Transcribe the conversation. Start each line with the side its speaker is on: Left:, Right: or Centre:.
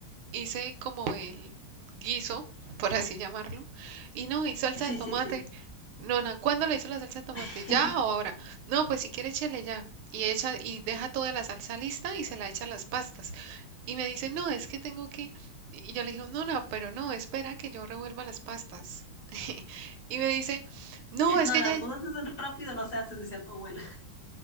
Right: hice como el guiso, <laughs> por así llamarlo. Y no, y salsa
Left: Sí,
Right: de tomate.
Left: sí, sí.
Right: Nona, ¿cuándo le echo la salsa de tomate?
Left: <laughs>
Right: ¿Ya o ahora? No, pues si quiere échele ya. Y echa y deja toda la salsa lista y se la echa a las pastas. Y me dice, "No, es que tengo que." Y yo le dije, "Nona, pero no, espera que yo revuelva las pastas." <laughs> Y me dice, "No, es
Left: No,
Right: que
Left: las
Right: ya
Left: cosas se hacen rápido, no se hacen, decía tu abuela.